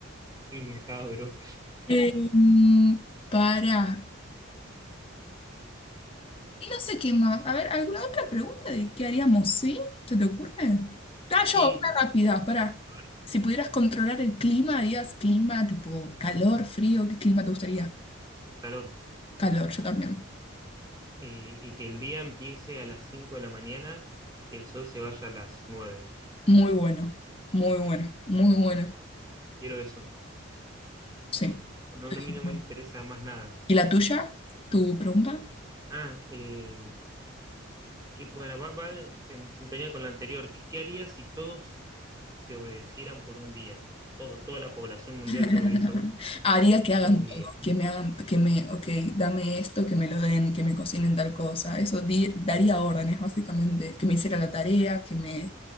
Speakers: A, on the right; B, on the left.
A: Sí, macabro.
B: Em, para, Y no sé qué más. A ver, ¿alguna otra pregunta de qué haríamos? ¿Sí? ¿Se te ocurre? Ah,
A: Sí,
B: yo, una
A: va a
B: rápida, pará.
A: haber
B: Si pudieras controlar el clima, harías clima tipo calor, frío, ¿qué clima te gustaría?
A: calor.
B: Calor, yo también.
A: Y, y que el día empiece a las 5 de la mañana y el sol se vaya a las nueve
B: Muy bueno, muy bueno, muy bueno.
A: Quiero eso.
B: Sí,
A: No,
B: perfecto.
A: no, a mí no me interesa más nada.
B: ¿Y la tuya? ¿Tu pregunta?
A: Ah, eh, que, bueno, va, va en, en sintonía con lo anterior. ¿Qué, qué harías si todos te obedecieran por un día? Todo, toda la población mundial
B: <laughs>
A: te obedece a vos
B: Haría que hagan
A: por un
B: todo,
A: día.
B: que me hagan, que me, ok, dame esto, que me lo den, que me cocinen tal cosa. Eso di- daría órdenes, básicamente, que me hiciera la tarea, que me